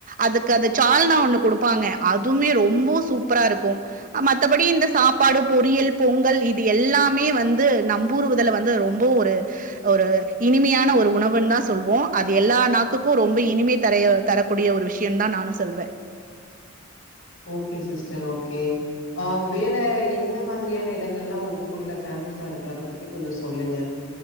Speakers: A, on the right; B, on the left.
A: அதுக்கு சால்னா ஒண்ணு குடுப்பாங்க அதுமே ரொம்ப சூப்பரா இருக்கும் மத்தபடி இந்த சாப்பாடு பொரியல் பொங்கல் இது எல்லாமே வந்து ந்து நம்பூறுவததுல வந்து ரொம்ப ஒரு ஒரு இனிமையான ஒரு உணவுன்னு தான் சொல்லுவோம் அது எல்லா நாக்குக்கும் ரொம்ப இனிமை தரைய தரக்கூடிய ஒரு விஷயம் தான் நானும் சொல்லுவேன்
B: ஓகே சிஸ்டர் ஓகே ஆஹ் வேற எந்த மாரியான இடங்கள்ல்லாம் உங்க ஊர்ல ஃபேமஸா இருக்கு அத பத்தி கொஞ்சம் சொல்லுங்க